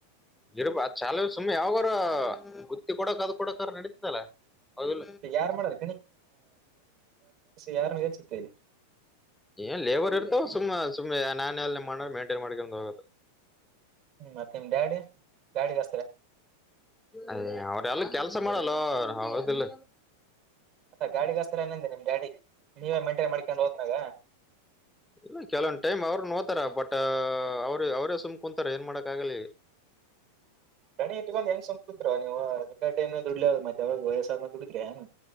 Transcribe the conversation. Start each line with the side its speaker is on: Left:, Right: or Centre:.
Centre: ಗರಪ್ಪ ಚಾಲ ಸುಮ್ಮ ಯಾವಾಗರ ಬುತ್ತಿ ಕೊಡಕ್ ಅದು ಕೊಡಕ ನಡತದಲ್ಲ ಹದ
Right: ಯಾರ್ ಮಾಡಾರ ಯಾರನ್ನು ಹೆಸುತ್ತೆ
Centre: ಏ ಲೇಬರ್ ಇರ್ತಾವ ಸುಮ್ಮ ಸುಮ್ಮ್ ನಾನ ಎಲ್ಲ ಮಾಡ ಮೇಂಟೈನ್ ಮಾಡ್ಕೊ ಹೋಗ
Right: ಮತ್ತೆ ನಿಮ್ ಡ್ಯಾಡಿ ಗಾಡಿಿಗೆ
Centre: ಅದೇ ಅವ್ರ ಅಲ್ಲ ಕೆಲ್ಸ ಮಾಡಲ್ಲ ಆದಿಲ್ಲ
Right: ಅ ಗಾಡಿಿಗೆ ಹಸ್ತ್ರ ಏನಂದ ನಿಮ್ ಡಾಡಿಿಗೆ ನೀವೇ ಮೇಂಟೈನ್ ಮಾಡ್ಕೊಂಡು ಹೋದ್ರಾಗ
Centre: ಇಲ್ಲ ಕೆಲವೊಂದು ಟೈಮ್ ಅವ್ರ ನೋಡ್ತಾರ ಬಟ್ ಅವರು ಅವ್ರೇ ಸುಮ್ ಕುೂಂತಾರ ಏನ್ ಮಾಡಾಕ್ ಆಗಲಿ
Right: ರಣಿ ಇಟ್ಟಕೊಂಡ್ ಹೆಂಗ ಸುಮಕ ಕುಂವ ನೀವುಟ ದುಡ್ಲದ ಮತ್ತೆ ಯವಾಗ ವಯಸ್ಸಾದ ದುಡಿದ್ರರಿ ಏನ್